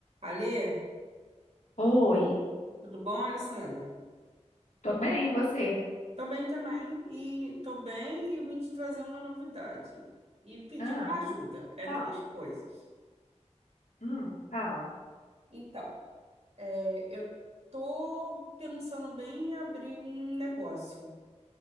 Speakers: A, on the right; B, on the left.
A: Alê,
B: Oi,
A: tudo bom, Alessandra?
B: tô bem, você?
A: Tô bem também e tô bem e vim te trazer uma novidade e pedir
B: Ah,
A: uma ajuda. É
B: fala.
A: duas coisas.
B: Hum, fala.
A: Então, é, eu tô pensando bem em abrir um negócio.